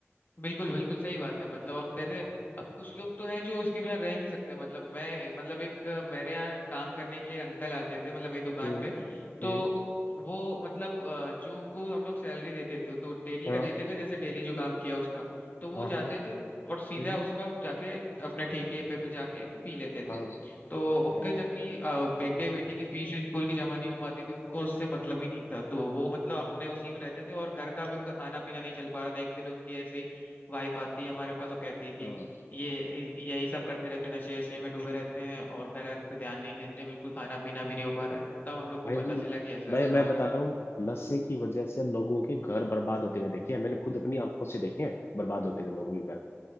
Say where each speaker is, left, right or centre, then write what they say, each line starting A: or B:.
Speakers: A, on the left (about 40°); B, on the left (about 55°).
A: बिल्कुल बिल्कुल सही बात है मतलब अब जैसे अब कुछ लोग तो हैं जो इसके बिना रह ही नहीं सकते मतलब मैं मतलब एक अ, मेरे यहाँ काम करने के लिए एक अंकल आते थे मतलब मेरी दुकान
B: हम्म
A: पे तो
B: हम्म
A: वो मतलब अ, जो उनको हम लोग सैलरी देते थे तो डेली
B: हाँ
A: का देते थे जैसे डेली जो काम किया उसका तो वो
B: हाँ
A: जाते
B: हाँ
A: थे और सीधा
B: हम्म,
A: उसका जाके अपने ठेके पे पे जाके पी लेते
B: हाँ
A: थे तो उनके
B: अरे
A: जबकि अ, बेटे बेटे की फीस स्कूल की जमा नहीं हो पाती थी उनको उससे मतलब ही नहीं था तो वो मतलब अपने उसी में रहते थे और घर का भी उनका खाना पीना नहीं चल पा रहा था एक दिन उनकी ऐसे ही वाइफ आती है हमारे पास वो कहती है कि
B: हाँ
A: ये यही सब करते रहते हैं नशे वशे में डूबे रहते हैं और घर घर पे ध्यान नहीं देते हैं बिल्कुल खाना पीना भी नहीं हो पा रहा है तब हम लोग को
B: भाई
A: पता चला कि ऐसा
B: भाई
A: ऐसा
B: मैं
A: हो
B: बता
A: रहा है
B: रहा हूँ नशे की वजह से लोगों के घर बर्बाद होते हुए देखे हैं मैंने खुद अपनी आंखों से देखे हैं बर्बाद होते हुए लोगों के घर